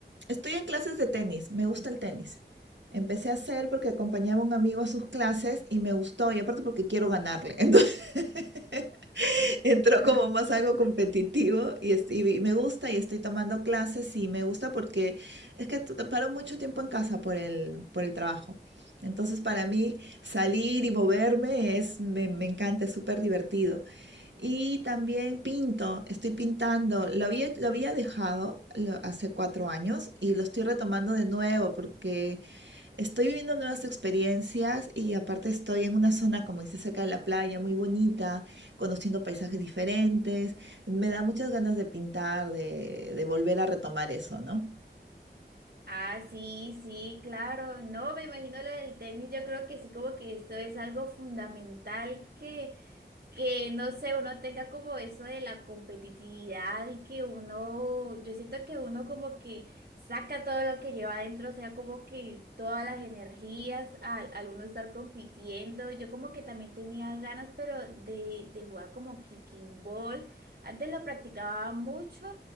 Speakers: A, on the right (about 85°); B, on the right (about 60°).
A: Estoy en clases de tenis, me gusta el tenis. Empecé a hacer porque acompañaba a un amigo a sus clases y me gustó, y aparte porque quiero ganarle. Entonces <laughs> entró como más algo competitivo y, es- y me gusta y estoy tomando clases y me gusta porque es que t- paro mucho tiempo en casa por el, por el trabajo. Entonces para mí salir y moverme es, me, me encanta, es súper divertido. Y también pinto, estoy pintando. Lo había, lo había dejado lo- hace cuatro años y lo estoy retomando de nuevo porque estoy viviendo nuevas experiencias y aparte estoy en una zona, como dice, cerca de la playa, muy bonita, conociendo paisajes diferentes. Me da muchas ganas de pintar, de, de volver a retomar eso, ¿no?
B: Ah, sí, sí, claro. No, me imagino lo del tenis. Yo creo que sí, como que esto es algo fundamental que que no sé, uno tenga como eso de la competitividad y que uno, yo siento que uno como que saca todo lo que lleva adentro, o sea, como que todas las energías al, al uno estar compitiendo. Yo como que también tenía ganas, pero de, de jugar como kicking ball. Antes lo practicaba mucho.